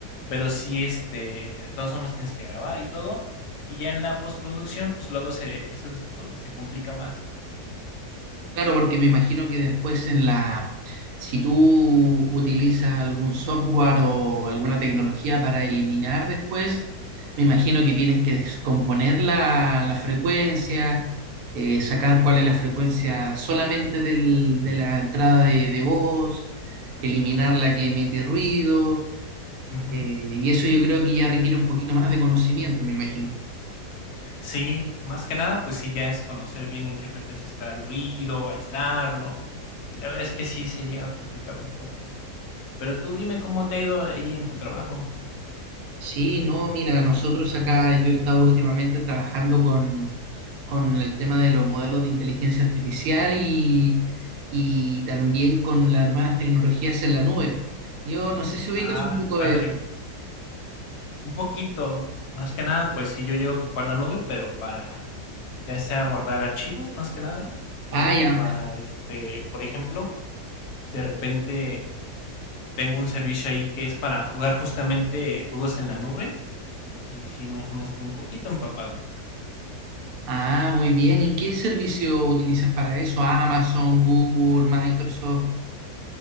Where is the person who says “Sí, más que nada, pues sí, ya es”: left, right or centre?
Left